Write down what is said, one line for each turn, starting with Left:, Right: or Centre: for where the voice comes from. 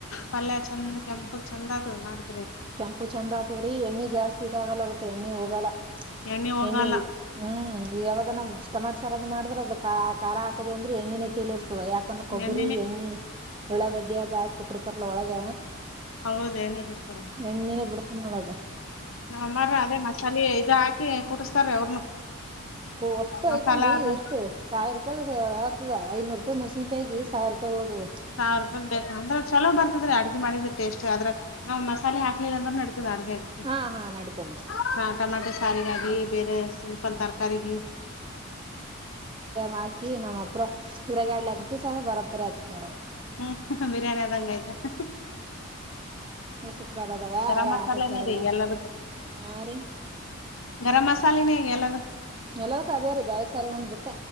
Left: ಪಲ್ಯ ಚಂದ ಕೆಂಪಗ್ ಚಂದ ಆಗತದ ಮಾಡಿ
Right: ಕೆಂಪು ಚೆಂದ ಆತದ್ರೀ ಎಣ್ಣೆ ಜಾಸ್ತಿ ಇದಾಗಲ್ಲ ಅದಕ್ಕೆ ಎಣ್ಣೆ ಹೋಗಲ್ಲಾ
Left: ಎಣ್ಣಿ ಹೋಗಲ್ಲ
Right: ಎಣ್ಣಿಹು ಯಾವ್ದಾನ ಮುಗಸ್ ತಮಾಟಿ ಸಾರ್ ರದು ಮಾಡ್ರ ಅದು ಖಾರ ಹಾಕದ ಅಂದ್ರೆ ಎಣ್ಣಿನೆ ತಲಿತ ತದ ಯಾಕಂದ್ರೆ ಕೊಬ್ಬರಿ
Left: ಎಣ್ಣಿನೇ
Right: ಎಣ್ಣೆ ಉಳ್ಳಾಗಡ್ಡಿ ಅದು ಹಾಕ ಕೊಟ್ಟಿರ್ತಾರಲಾ ಒಳಗ
Left: ಹೌದು ಎಣ್ಣಿ ಬಿಡ್ತದ
Right: ಎಣ್ಣಿ ಬಿಡ್ತಾದನೋದಾದು
Left: ನಮ್ಮಮ್ಮಾರು ಅದೇ ಮಸಾಲೆ ಇದ ಹಾಕಿ ಕುಡ್ಸ್ತಾರ ಅವ್ರನು
Right: ಓ ವಷ್ಟು
Left: ಮಸಾಲಾ
Right: ಐಟಮ್ ರಿ
Left: ಅದು
Right: ಎಷ್ಟು ಸಾವಿರ ರೂಪಾಯದದ ಹತದ ಐನೂರು ರೂಪಾಯಿ ಮೆಣಸಿನಕಾಯಿಗೆ ಸಾವಿರ ರೂಪಾಯಿ ಹೋದವು
Left: ಸಾವಿರ ರೂಪಾಯದ ಬೇಕ ಅಂದ್ರ ಚಲೋ ಬರ್ತದರಿ ಅಡ್ಗೆ ಮಾಡಿದ್ರ ಟೇಸ್ಟ್ ಆದ್ರ ನವು ಮಸಾಲ ಹಾಕ್ಲಿಲ್ಲ ಅಂದ್ರ ನಡ ತದ ಅಡಿಗೆಗೆ
Right: ಹಾ ಹಾ ನಡೀತಮ್ಮ
Left: ಅವ್ವ ಟಮಾಟೆ ಸಾರಿಗಾಗ್ಲಿ ಬೇರೆ ಸಿಂಪಲ್ ತರಕಾರಿಗೆ
Right: ಬಾಕಿ ನಮ್ಮ ಅಪ್ರ ಇದರಾಗಎರಡ ಲೆಗ್ ಪೀಸ್ಆದ್ರ ಬರಬರಿ ಆಗತತಿ ನೋಡವ್ವಾ
Left: ಹು ಹ್ಹುಕ್ ಬಿರಿಯಾನಿ ಆದಂಗ ಆಯ್ತಹಕು
Right: ಶುಕ್ರವಾರ ಅದಾವ
Left: ಗರಂ
Right: ಅದ್ರ
Left: ಮಸಾಲೆನೇ
Right: ಹಾಕಕ್ ಬರಲ್ಲ
Left: ರೀ ಎಲ್ಲದಕ್ಕು
Right: ಹಾ ರೀ
Left: ಗರಂ ಮಸಾಲೆನೆ ಇಗ ಎಲ್ಲಾ ದಕ್ಕು
Right: ಇಲ್ಲಾದಕ್ಕೂ ಅದೆ ರಿ ಬ್ಯಾಲಿ ಸಾರ ಒಂದ ಬಿಟ್ಟ